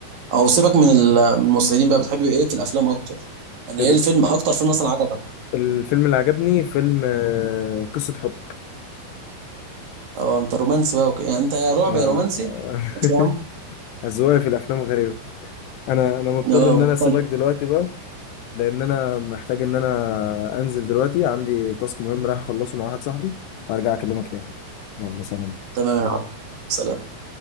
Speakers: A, on the right; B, on the left.
A: او سيبك من ال- من الممثلين بقى بتحب ايه في الافلام اكتر يعني
B: ال...
A: ايه الفيلم اكتر فيلم مثلا عجبك
B: الفيلم اللي عجبني فيلم آه قصة حب
A: اه انت رومانسي بقى وكده يعني انت يا رعب
B: آه...
A: يا رومانسي ماشي يا عم
B: <laughs> أذواقي في الافلام غريبة انا انا مضطر
A: اه
B: ان
A: مختلف
B: انا اسيبك دلوقتي بقى لان انا محتاج ان انا انزل دلوقتي عندي تاسك مهم رايح اخلصه مع واحد صاحبي وارجع اكلمك تاني يلا سلام
A: تمام يا عم سلام